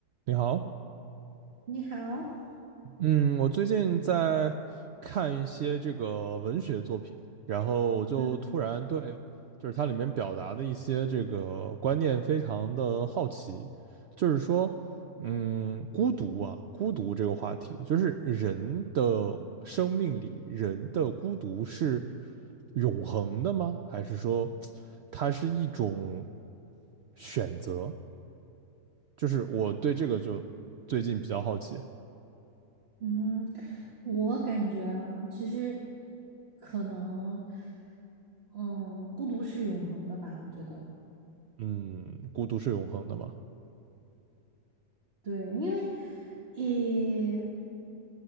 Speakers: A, on the right; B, on the right.
A: 你好，
B: 你好，
A: 嗯，我最近在看一些这个文学作品，然后我就突然对，
B: 嗯
A: 就是它里面表达的一些这个观念非常的好奇，就是说，嗯，孤独啊，孤独这个话题，就是人的生命里，人的孤独是永恒的吗？还是说它是一种选择？就是我对这个就最近比较好奇，
B: 嗯，我感觉啊，其实可能，嗯，孤独是永恒的吧，我觉得，
A: 嗯，孤独是永恒的吗？
B: 对，因为，也，